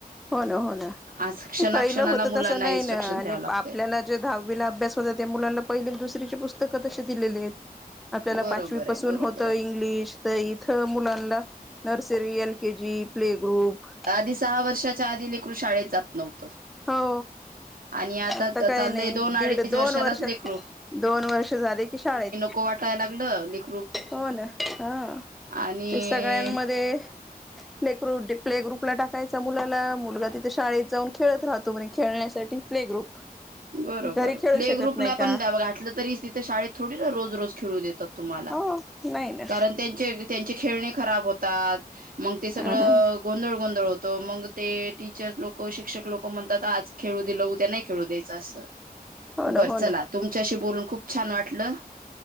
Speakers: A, in the centre; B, on the right (about 65°).
A: हो ना. हो ना.
B: आज क्षणाक्षणाला
A: पहिलं होत
B: मुलांना
A: तसं नाही
B: इन्स्ट्रक्शन
A: ना आणि
B: द्यावं लागतंय
A: आपल्याना जे दहावीला अभ्यास होत त्या मुलांना पहिले दुसरीची पुस्तक तशी दिलेली आहेत. आपल्याला
B: बरोबर
A: पाचवीपासून
B: आहे बरोबर
A: होतं
B: आहे
A: इंग्लिश तर इथं मुलांना nursery, L K G, play group
B: आधी सहा वर्षाच्या आधी लेकरू शाळेत जात नव्हतं.
A: हो.
B: आणि
A: आता काही
B: चाललंय
A: नाही
B: दोन अडीच
A: दीड -दोन
B: वर्षालाच
A: वर्ष -दोन
B: लेकरू
A: वर्ष झाले की शाळेत.
B: को वाटाय लागल लेक
A: हो ना! हा.
B: आणि
A: ते सगळ्यांमध्ये लेकरू प्ले ग्रुपला टाकायचा मुलाला. मुलगा तिथे शाळेत जाऊन खेळत राहतो. म्हणे खेळण्यासाठी टी प्ले ग्रुप
B: बरोबर
A: घरी खेळू
B: प्ले
A: शकत
B: ग्रुपला
A: नाही
B: आपण
A: का
B: ड ब घाटलं तरी तिथे शाळेत थोडी ना रोज - रोज खेळू देतात. तुम्हाला.
A: हो नाही ना
B: कारण त्यां चे -त्यांचे खेळणे खराब होतात मग ते सगळं
A: हम्म हम्म
B: गोंधळ गोंधळ होत. त मग ते टीचर्स लोक शिक्षक लोक म्हणतात आज खेळू दिलं उद्या नाही खेळू द्याय च अस
A: हो ना
B: बर
A: हो
B: चला
A: ना
B: तुमच्याशी बोलून खूप छान वाटलं.